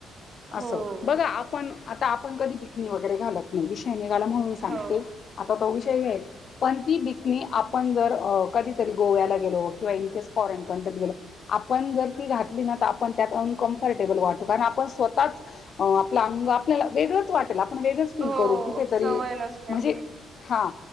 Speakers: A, on the right; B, on the left.
A: हो
B: असो बघा आपण आता आपण कधी बिकनी वगैरे घालत नाही विष य निघाला म्हणून सांगते,
A: हो
B: आता तो विषय ते मिळेल पण ति बिकणी आपण जर, अ कधी तरी गोव्याला गेलो किंवा इनकेस फॉरेन कंट्री म त्यात गेलो आपण जर ती घातली न, आपण त्यात अनकम्फरटेबल वाटू कारण आपण स्वतःच आपलं अंग आपल्याला वेगळंच वाटेल आप आपण वेगळंच फील
A: हो
B: करू कुठेतरी
A: सवय नसल्यामुळे
B: म्हंजे हां